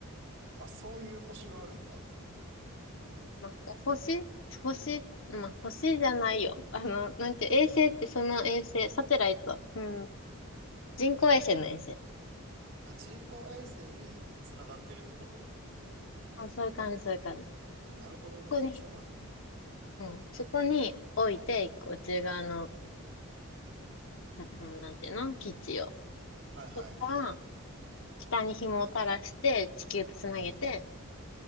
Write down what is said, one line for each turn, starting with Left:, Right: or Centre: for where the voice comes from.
Right: あ、そういう星があるんだ。
Left: まあ、お星、星、まあ、星じゃないよ。あの、なんて、衛星ってその衛星、サテライト。うん。人工衛星の衛星。
Right: あ、人工衛星に繋がってるってこと
Left: あ、そういう感じ、そういう感じ。
Right: あ、なるほどね。
Left: そこに、
Right: そうなんだ。
Left: うん。そこに置いて、一個内側の、
Right: うん。
Left: うん、うんなんていうの基地を。
Right: はいはい。
Left: そこから、下に紐を垂らして、地球とつなげて、
Right: うん。